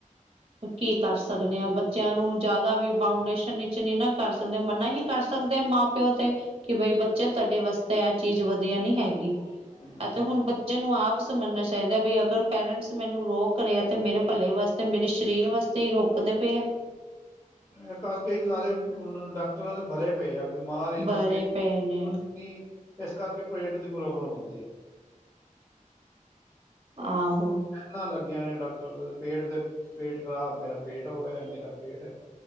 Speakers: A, on the right (about 40°); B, on the left (about 25°).
A: ਕੀ ਕਰ ਸਕਨੇ ਆਂ ਬੱਚਿਆਂ ਨੂੰ ਜਾਦਾ ਵੀ ਬਾਊਂਡੇਸ਼ਨ ਵਿਚ ਨਈ ਨਾ ਕਰ ਸਕਦੇ ਮਨਾ ਹੀ ਕਰ ਸਕਦੇ ਮਾਂ ਪਿਓ ਤੇ ਕਿ ਬਈ ਬੱਚੇ ਤੁਹਾਡੇ ਵਾਸਤੇ ਐ ਚੀਜ਼ ਵਧੀਆ ਨੀ ਹੈਗੀ।
B: <inaudible>
A: ਤੇ ਹੁਨ ਬੱਚੇ ਨੂੰ ਆਪ ਸਮਝਨਾ ਚਾਈਦੈ ਬਈ ਅਗਰ ਪੇਰੈਂਟਸ ਮੈਨੂੰ ਰੋਕ ਰਏ ਆ ਤੇ ਮੇਰੇ ਭਲੇ ਵਾਸਤੇ ਮੇਰੇ ਸਰੀਰ ਵਾਸਤੇ ਈ ਰੋਕਦੇ ਪਏ ਐ।
B: ਐ ਕਰਕੇ ਈ ਸਾਰੇ ਡਾਕਟਰਾਂ ਦੇ ਭਰੇ ਪਏ ਆ। ਬਿਮਾਰ ਈ
A: ਬਰੇ
B: ਪੇਟ
A: ਪਏ
B: <unintelligible>
A: ਨੇ
B: ਏਸ ਕਰਕੇ ਪੇਟ ਦੀ ਪ੍ਰੋਬਲਮ ਏ।
A: ਆਹੋ।
B: ਲੈਨਾ ਲੱਗੀਆਂ ਨੇ ਡਾਕਟਰ ਦੇ ਪੇਟ ਤੇ ਪੇਟ ਖ਼ਰਾਬ ਮੇਰਾ ਪੇਟ ੳ ਏ ਮੇਰਾ ਪੇਟ ਏ।